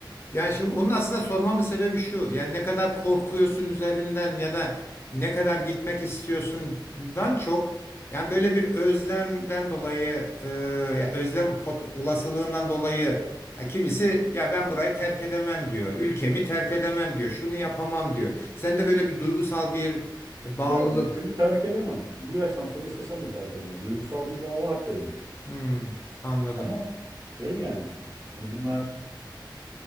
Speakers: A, on the left; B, on the right.
A: yani şimdi onun aslında sormamın sebebi şu. Yani ne kadar korkuyorsun üzerinden ya da ne kadar gitmek istiyorsundan çok yani böyle bir özlemden dolayı e, ya özlem pot, olasılığından dolayı ya kimisi ya ben burayı terk edemem diyor. Ülkemi terk edemem diyor. Şunu yapamam diyor. sen de böyle bir duygusal bir e, bağlılık.
B: Ya ülkemi terk edemem. Bu yaştan sonra istesem de terk edemem. Duygusal bir bağ var tabii ki.
A: Hmm, anladım.
B: Ama şey yani. Hani bunlar